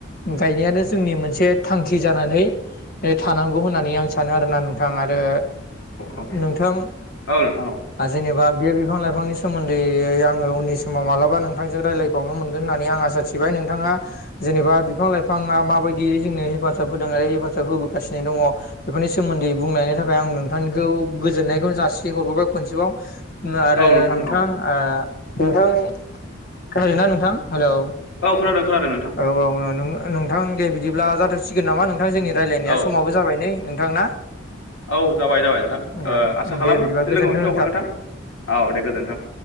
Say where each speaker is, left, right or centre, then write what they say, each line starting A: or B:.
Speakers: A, on the left (about 50°); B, on the left (about 80°).
A: गायनायानो जोंनि मोनसे थांखि जानानै थानांगौ होननानै आं सानो आरोना नोंथां आरो
B: औ औ
A: नोंथां
B: औ नोंथां औ
A: जेनेबा बे बिफां लाइफांनि सोमोन्दै आङो उननि समाव मालाबा नोंथांजों रायज्लायबावनो मोनगोन होननानै आं आसा थि बाय नोंथाङा जेनेबा बिफां लाइफाङा माबायदियै जोंनो हेफाजाब होदों आरो हेफाजाब होबोगासिनो दङ बेफोरनि सोमोन्दै बुंनायनि थाखाय आं नोंथांनिखौ गोजोननायखौनो जासि हरबोबाय खनसेबाव उम आरो
B: औ
A: नोंथां
B: औ औ
A: आ नोंथां खोनादों ना नोंथां हेलौ?
B: औ खोनादों खोनादों नोंथां
A: औ औ ओ नो-नोंथां दिब्ला जाथ'सिगोन नामा नोंथां जोंनि रायजलायनाया
B: औ
A: समावबो जाबाय नै नोंथां ना!
B: औ जाबाय जाबाय नोंथां।
A: औ
B: ओ आसा खालामो
A: दे बिदिबा
B: फिन
A: गोजोन्थों
B: लोगो मोनफिबावगोन नोंथां औ दे गोजोन्थों।